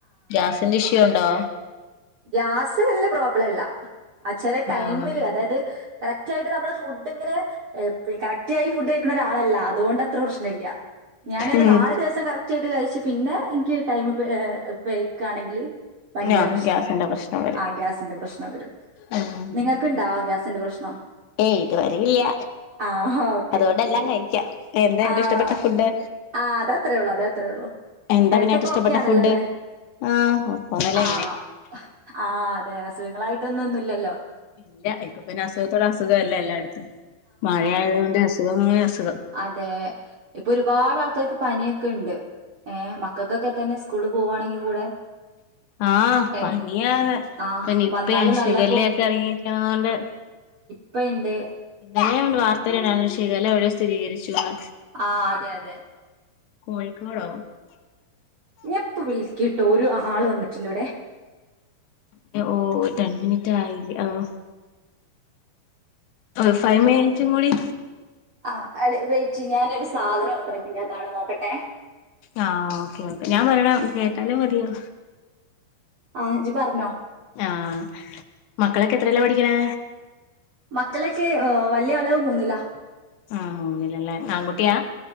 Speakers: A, on the left (about 75°); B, on the right (about 75°).
A: ഗ്യാസിന്റെ ഇഷ്യൂ ണ്ടോ?
B: ഗ്യാസ് വെല്ല പ്രോബ്ലല്ല അഹ് ചെലേ ടൈമില്
A: ആഹ്
B: അതായത് കറക്റ്റായിട്ട് നമ്മള് ഫുഡ് ങ്ങനെ ഏഹ് പി കറ റ്റായി ഫുഡ് കഴിക്ക്ണ ഒരാളല്ല അതോണ്ട് അത്ര പ്രശ്ന ഇല്ല ഞാനൊരു
A: ഉം
B: ന്നാല് ദിവസം കറ ക്റ്റട്ട് കഴിച്ച് പിന്നെ ഇൻക്ക് ടൈമ് ഏഹ് പെയ്ക്കാണെങ്കില് ഭയങ്കര
A: ആഹ്
B: പ്രശ്
A: ഗ്യാസിന്റെ പ്രശ്നം വരും
B: ആ ഗ്യാസിന്റെ പ്രശ്നം വെരും
A: ഉം
B: നിങ്ങക് ക്ക്ണ്ടാ ഗ്യസിന്റ പ്രശ്നം
A: ഏയ് ഇതുവരേയില്ല
B: ആഹ് ഓക്കെ
A: അതോണ്ട്
B: ഓക്കെ
A: എല്ലാം കഴിക്കാം എന്താ ഏറ്റം
B: ആഹ്
A: ഇഷ്ടപ്പെട്ട ഫുഡ്?
B: ആഹ് അതത്രേ ഉള്ളൂ അതത്രേ ഉള്ളൂ
A: എന്താ
B: ഹെൽത്ത്
A: പിന്നെ ഏറ്റം
B: ഒക്കെ
A: ഇഷ്ടപ്പെട്ട
B: ഓക്കെ ആണല്ലോ
A: ഫുഡ്
B: അല്ലെ
A: ആഹ് ഫോണ്ലെന്നേ
B: ആഹ് ആഹ് അതേ അസുഖങ്ങളായിട്ടൊന്നും ഒന്നുംല്ലല്ലോ?
A: ഇല്ല ഇപ്പം പിന്നെ അസുഖത്തോടെ അസുഖല്ലേ എല്ലാട്ത്തും മഴയായതോണ്ട് അസുഖമേ അസുഖം
B: അതേ ഇപ്പം ഒരുപാട് ആൾക്കാർക്ക് പനിയൊക്കെ ഇണ്ട് ഏഹ് മക്കക്കൊക്കെ തന്നെ സ്കൂൾള് പോവാണെങ്കിൽ കൂടെ
A: ആഹ്
B: ഏഹ്
A: പനിയാണ്
B: ആഹ്
A: ഇപ്പ നിപ്പേം
B: വന്നാല് നല്ല
A: ശിഗല്ലെ ഒക്കെ എറങ്ങിയിരിക്ക്ണതുകൊണ്ട്
B: പ്പ ഇണ്ട്
A: ഇന്നലേ ഉണ്ട് വാർത്തേല് <unintelligible> ശിഖല്ല എവടെയോ സ്ഥിരീകരിച്ചുന്ന് <unintelligible>
B: ആഹ് അതെ അതേ
A: കോഴിക്കോടോ
B: ഞാപ്പം വിളിക്കട്ടോ ഒരു ആള് വന്നിട്ടിണ്ട് ഇവടെ
A: ഓഹ് ടെൻ മിനിറ്റായിലെ ആഹ് <unintelligible> മേടിക്കും പോലെ
B: ആഹ് അടെ വെയിറ്റ് ഞാനൊരു സാധനം <unintelligible> നോക്കട്ടേ
A: ആഹ് ഓക്കെ ഓക്കെ ഞാൻ പറയ്ണെ കേട്ടാലും മതിയോ
B: ആ ഇജ്ജ് പറഞ്ഞോ
A: ആഹ് മക്കളൊക്കെ എത്രലാ പഠിക്ക്ണേ
B: മക്കളൊക്കേ ഓഹ് വല്ല്യ ആള് മൂന്നിലാ
A: ആഹ് മൂന്നില് ലേ ആങ്കുട്ടിയാ